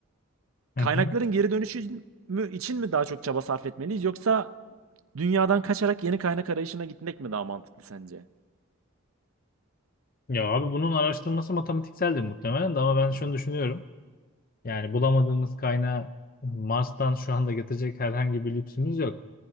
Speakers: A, on the right; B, on the left.
A: Kaynakların
B: Hı hı.
A: geri dönüşü mü için mi daha çok çaba sarf etmeliyiz yoksa dünyadan kaçarak yeni kaynak arayışına gitmek mi daha mantıklı sence?
B: Ya abi bunun araştırması matematikseldir muhtemelen de ama ben şunu düşünüyorum. Yani bulamadığımız kaynağı Mars'tan şu anda getirecek herhangi bir lüksümüz yok.